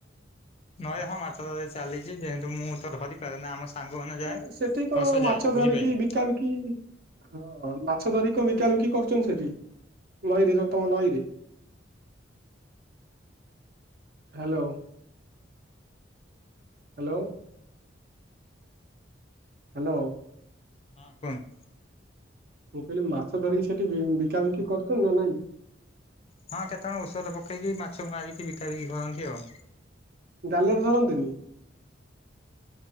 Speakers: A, on the left; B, on the right.
A: ନଈ ହଁ ମାଛ ଧରାଧରି ଚାଲିଛି। ଯେହେତୁ ମୁଁ ତ ଧରି ପାରୁନି ଆମ ସାଙ୍ଗମାନେ ଯାଏ
B: ଇଁ ସେଠି କଣ
A: କଷ
B: ମାଛ
A: ଯାଏ ବୁଝିପାରିଲେ
B: ଧରିକି ବିକା ବିକି ହଁ ମାଛ ଧରିକି ବିକାବିକି କରୁଛନ୍ତି ସେଠି ନଈରେ ଯ ତମ ନଈରେ? Hello hello hello.
A: ହଁ କୁହନ୍ତୁ।
B: ମୁଁ କହିଲି ମାଛ ଧରିକି ସେଠି ବି ବିକାବିକି କରୁଛନ୍ତି ନା ନାଇଁ?
A: ହଁ କେତେଜଣ ଔଷଧ ପକେଇକି ମାଛକୁ ମାରିକି ବିକା ବିକି କରନ୍ତି ଆଉ।
B: ଜାଲରେ ଧରନ୍ତିନି?